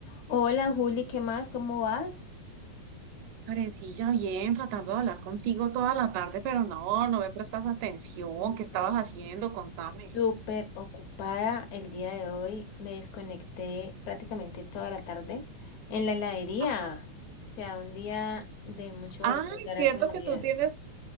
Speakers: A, on the left (about 70°); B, on the right (about 80°).
A: Hola Juli, ¿qué más? ¿Cómo vas?
B: Karencilla, bien, tratando de hablar contigo toda la tarde, pero no, no me prestas atención.
A: No,
B: ¿Qué estabas haciendo? Contame.
A: Súper ocupada el día de hoy. Me desconecté prácticamente toda la tarde en la heladería.
B: Ajá.
A: O sea, un día de mucho
B: Ay,
A: olor, gracias
B: cierto
A: a
B: que
A: Dios.
B: tú tienes,